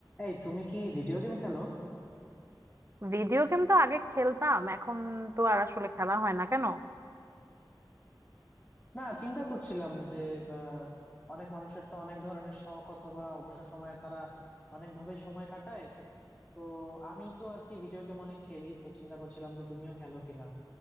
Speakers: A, on the left; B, on the right.
A: এই তুমি কি ভিডিও গেম খেলো
B: Video game তো আগে খেলতাম এখন তো আর আসলে খেলা হয় না কেন
A: না চিন্তা করছিলাম যে আহ, অনেক মানুষের তো অনেক ধরনের শখ অথবা অবসর সময়ে তারা অনেক ভাবেই সময় কাটায় তো আমি তো আর কি ভিডিও গেম অনেক খেলি তো চিন্তা করছিলাম যে তুমিও খেলো কিনা